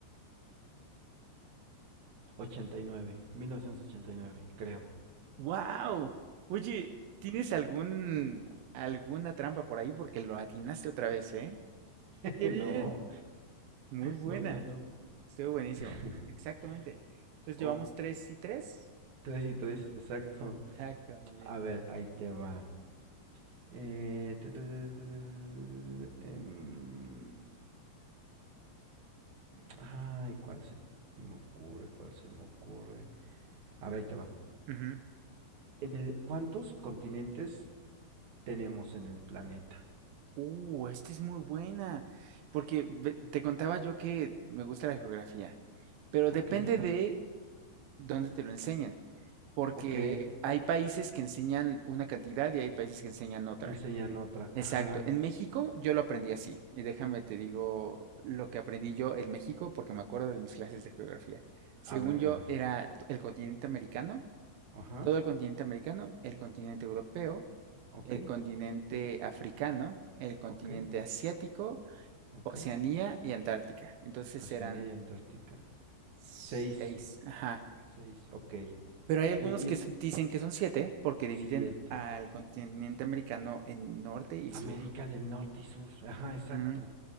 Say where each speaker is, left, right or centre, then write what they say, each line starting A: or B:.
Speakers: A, on the right (about 50°); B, on the right (about 80°).
A: ochenta y nueve mil novecientos ochenta y nueve, creo.
B: ¡Wow! Oye, ¿tienes algún, alguna trampa por ahí? Porque lo atinaste otra vez, ¿eh?
A: <laughs>
B: ¡Qué
A: no,
B: bien! Muy buena.
A: no, no, no.
B: Estuvo buenísimo.
A: <laughs>
B: Exactamente. Entonces
A: O
B: llevamos tres y tres.
A: tres y tres, exacto.
B: Exacto, muy bien.
A: A ver, ahí te va. Eh, te- te- te- te- te- te- te- em, Ay, ¿cuál se me ocurre? ¿Cuál se me ocurre? A ver, ahí te va.
B: Ujú.
A: En el- ¿cuántos continentes tenemos en el planeta?
B: Uh, esta es muy buena, porque ve- te contaba yo que me gusta la geografía, pero
A: Ok,
B: depende de dónde te lo enseñan, porque
A: ok.
B: hay países que enseñan una cantidad y hay países que enseñan otra.
A: Que enseñan otra.
B: Exacto,
A: Ajá.
B: en México yo lo aprendí así, y déjame te digo lo que aprendí yo en México, porque me acuerdo de mis clases de geografía. Según
A: A ver,
B: yo,
A: a ver.
B: era el continente americano
A: Ajá.
B: todo el continente americano, el continente europeo,
A: Ok,
B: el continente africano, el continente
A: ok,
B: asiático,
A: ok.
B: Oceanía y Antártica. Entonces
A: Oceanía
B: eran
A: y Antártica.
B: seis,
A: Seis,
B: ajá.
A: seis, ok.
B: Pero hay algunos
A: Y, y-
B: que s- dicen que son siete porque dividen
A: siete.
B: al continente americano en norte y
A: América
B: sur.
A: del Norte y Sur. Ajá,
B: Ujú,
A: exacto.